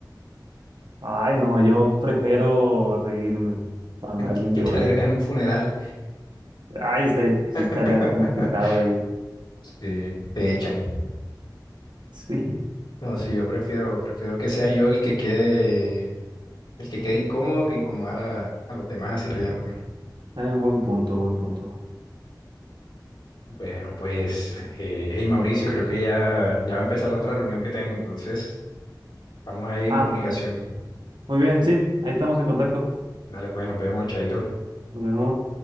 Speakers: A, on the right (about 80°); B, on the left (about 75°).
A: Ay, no, yo prefiero reírme cuando
B: <laughs>
A: alguien
B: ¿Qué
A: llore.
B: tal en un funeral?
A: Ay, este- sí estaría
B: <laughs>
A: complicado ahí. <laughs>
B: Sí, te echan.
A: Sí,
B: No, sí, yo prefiero, prefiero que sea yo el que quede, el que quede incómodo que incomodar a, a los demás así riéndome.
A: Ay, buen punto, buen punto.
B: Bueno, pues, eh, hey Mauricio, creo que ya, ya va a empezar la otra reunión que tengo, entonces estamos ahí en
A: Ah,
B: comunicación.
A: muy bien, sí, ahí estamos en contacto.
B: Dale, pues, nos vemos, chaito.
A: Nos vemos.